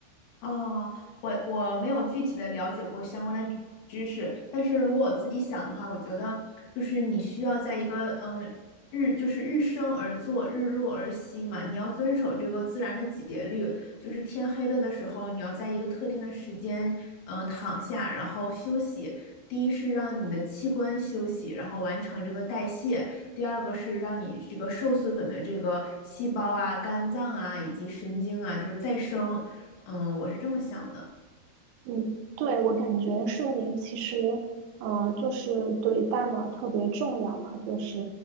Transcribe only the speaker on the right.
嗯，对，我感觉睡眠其实，呃，就是对大脑特别重要嘛，就是，